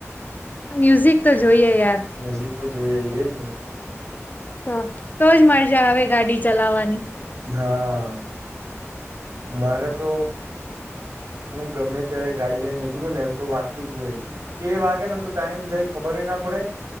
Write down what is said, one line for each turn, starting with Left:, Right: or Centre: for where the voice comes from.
Left: મ્યુઝિક તો જોઈએ યાર
Right: મ્યુઝિક તો જોઈજ એજને
Left: તો તો જ મજા આવે ગાડી ચલાવાની.
Right: હા મારે તો હું ગમે ત્યારે ગાડી લઈને નીકળું ને તો વાગતું જ હોય કે વાગે ને તો ટાઈમ જાય ખબર ના પડે